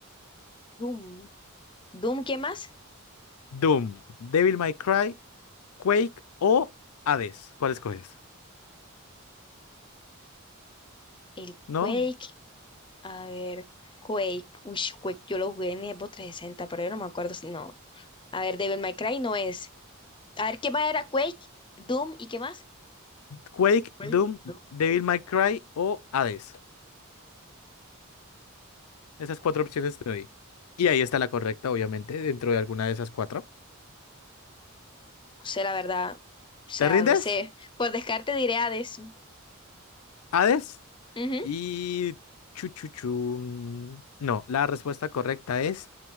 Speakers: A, on the left (about 20°); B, on the left (about 85°).
A: Doom. Doom, ¿qué más?
B: Doom, Devil May Cry, Quake o Hades. ¿Cuál escoges?
A: El
B: ¿no?
A: Quake. A ver, Quake. Uy, Quake, yo lo jugué en Xbox 360, pero yo no me acuerdo si no. A ver, Devil May Cry no es. A ver, ¿qué más era Quake? Doom, ¿y qué más?
B: Quake,
A: Quake,
B: Doom,
A: Doom.
B: Devil May Cry o Hades. Esas cuatro opciones te doy. Y ahí está la correcta, obviamente, dentro de alguna de esas cuatro.
A: No sé, la verdad. O sea,
B: ¿Te rindes?
A: no sé. Por descarte diré Hades.
B: Hades
A: Ujú.
B: y chuchuchun. No, la respuesta correcta es